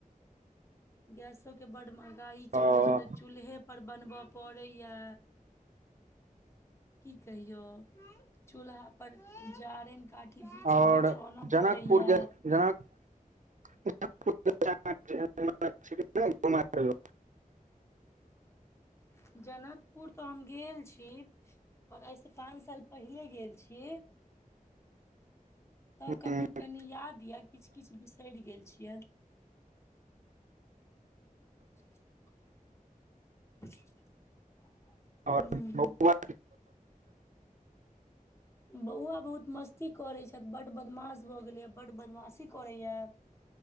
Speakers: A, on the left; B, on the right.
A: गैसो के बड महगाई चले
B: ओ
A: छै तऽ चूल्हे पर बनबय पड़ैया की कहियो चूल्हा पर जारैन काट की बिछ
B: और
A: बिछो अन
B: जनकपुर
A: पड़े या
B: <unintelligible> <inaudible>
A: <inaudible> जनकपुर तऽ हम गेल छी पर एहि सँ पाच साल पहिले गेल छियै तऽ
B: कहियौ
A: कनि कनि याद ये किछ किछ बिसरि गेल छी कीय <inaudible> <inaudible>
B: आओर बौआ
A: बौआ बहुत मस्ती करैत छैथ बड बदमाश भऽ गेलैय बड बदमासी करैया